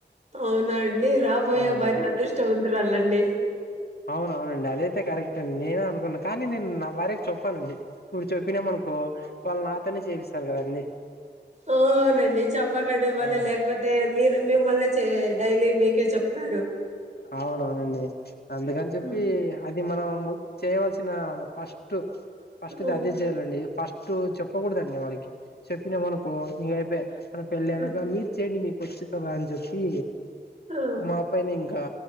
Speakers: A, on the right; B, on the left.
A: అవునా అండి రా కపోయే
B: అవునవునండి
A: భార్య అదృష్టవంతురాలండి
B: అవునవునండి అదైతే కరెక్ట్ అండి నేనే అనుకున్నా కానీ నేను నా భార్యకు చెపొనండి ఇప్పుడు చెప్పినాము అనుకో వాళ్లు నాతోనే జేపిస్తారు కదా అన్ని
A: ఆవునండి చేప్పకండి మళ్ళీ
B: ఆ
A: లేకపోతే మీరు మేమ్మళ్ళీ చే డైలీ మీకే చెప్తారు
B: అవునవునండి అందుకని చెప్పి
A: హ్మ్.
B: అది మనం చేయవలసిన ఫస్ట్ ఫస్ట్ది
A: హ్మ్.
B: అదే చేయాలండి ఫస్ట్ చెప్పకూడదండి వాళ్ళకి చెప్పినా మనకో ఇంకయి మన పెళ్ళానక
A: హ్మ్.
B: మీరు చెయండి మీకు వచ్చు కదా అని చెప్పి
A: ఆ!
B: మా పైని ఇంకా